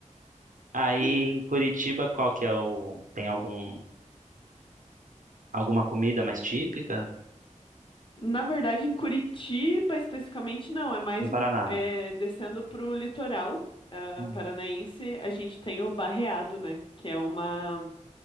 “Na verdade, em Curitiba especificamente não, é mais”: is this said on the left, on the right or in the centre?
Left